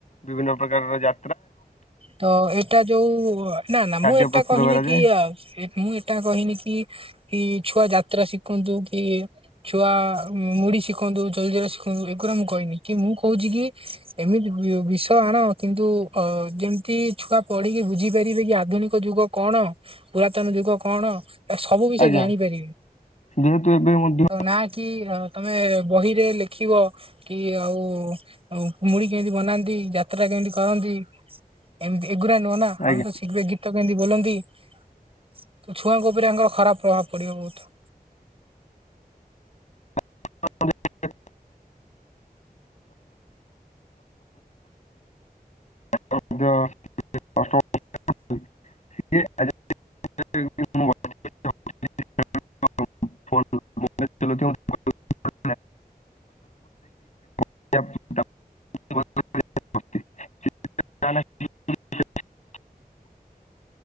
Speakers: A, on the left; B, on the right.
A: ବିଭିନ୍ନ ପ୍ରକାରର ଜା
B: ତ ଏଇଟା ଯୋଉ ନା ନା
A: ଖାଦ୍ୟ
B: ମୁଁ ଏଟା
A: ପ୍ରସ୍ତୁତ
B: କହିନି
A: କରାଯାଏ
B: କି ମୁଁ ଏଟା କହିନି କି କି ଛୁଆ ଯାତ୍ରା ଶିଖନ୍ତୁ କି ଛୁଆ ମୁଢି ଶିଖନ୍ତୁ ଜଲ୍ଦି ଅ ଏ ଗୁରା ମୁଁ କହିନି କି ମୁଁ କହୁଛି କି ଏମିତି ବିଷ ଆଣ କିନ୍ତୁ ଅ ଯେମିତି ଛୁଆ ପଢିକି ବୁଝିପାରିବେ କି ଆଧୁନିକ ଯୁଗ କଣ ପୁରାତନ ଯୁଗ କଣ ସବୁ ବିଷୟ
A: ଆଜ୍ଞା
B: ଜାଣିପାରିବେ
A: ଯେହେତୁ ଏବେ ମଧ୍ୟ
B: ତ ନା କି ତମେ ବହିରେ ଲେଖିବ କି ଆଉ ମୁଢ଼ି କେମିତି ବନାନ୍ତି। ଯାତ୍ରା କେମିତି କରନ୍ତି ଏମିତି ଏ ଗୁରା ନୁହଁ ନା ଆମ
A: ଆଜ୍ଞା
B: ତ ଆମେ ସିର୍ଘ ଗିଫ୍ଟ ଗୀତ କେମିତି ବୋଲନ୍ତି ତ ଛୁଆଙ୍କ ଉପରେ ତାଙ୍କର ଖରାପ ପ୍ରଭାବ ପଡିବ ବହୁତ।
A: <unintelligible> ଯୋଉ। <unintelligible> ବନ୍ଧୁ। <unintelligible> <unintelligible> <unintelligible>